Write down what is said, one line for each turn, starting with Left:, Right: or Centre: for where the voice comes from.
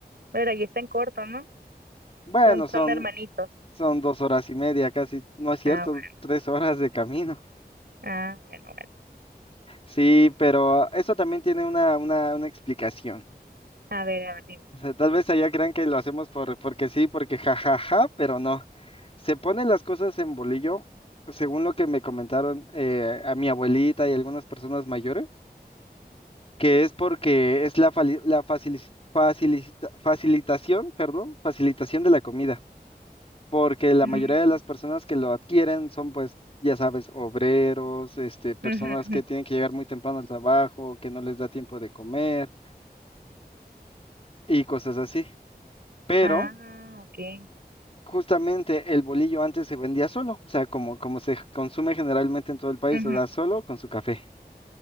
Right: Pero ahí está en corto, ¿no?
Left: Bueno,
Right: Son,
Left: son,
Right: son hermanitos.
Left: son dos horas y media casi. No es cierto,
Right: Ah, bueno,
Left: tres horas de camino.
Right: ah, bueno, bueno.
Left: Sí, pero eso también tiene una, una, una explicación.
Right: A ver, a ver, dime.
Left: O sea, tal vez allá crean que lo hacemos por, porque sí, porque jajaja, pero no. Se ponen las cosas en bolillo, según lo que me comentaron eh, a mi abuelita y algunas personas mayores, que es porque es la, fali- la facili- facilita- facilitación, perdón, facilitación de la comida. Porque la
Right: Mm,
Left: mayoría de las personas que lo adquieren son, pues, ya sabes, obreros, este, personas
Right: ujú, ujú.
Left: que tienen que llegar muy temprano al trabajo, que no les da tiempo de comer y cosas así. Pero
Right: Ah, ok.
Left: Justamente el bolillo antes se vendía solo, o sea, como, como se consume generalmente en todo el país,
Right: Ujú.
Left: o sea, solo con su café.